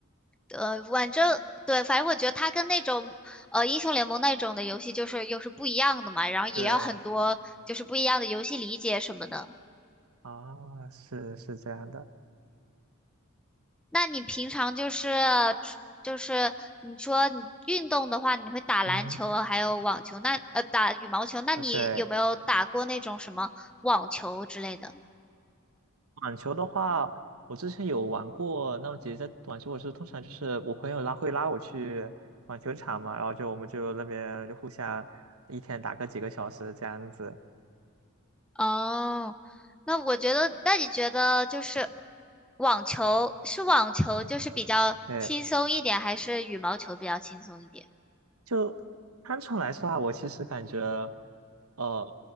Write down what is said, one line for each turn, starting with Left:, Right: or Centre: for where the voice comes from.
Centre: 呃，反正对，反正我觉得它跟那种呃英雄联盟那种的游戏就是又是不一样的嘛，然后也要很多就是不一样的游戏理解什么的。
Right: 对，啊，是是这样的，
Centre: 那你平常就是就是你说你运动的话，你会打篮球还有网球，
Right: 嗯哼，
Centre: 那呃打羽毛球，那你有没有打过那种什么网球之类的？
Right: 啊对，网球的话，我之前有玩过。那么姐姐在网球，我是通常就是我朋友拉会拉我去网球场嘛，然后就我们就那边就互相一天打个几个小时这样子。
Centre: 哦，那我觉得，那你觉得就是网球是网球就是比较轻松一点，
Right: 对。
Centre: 还是羽毛球比较轻松一点？
Right: 就单纯来说啊，我其实感觉，呃，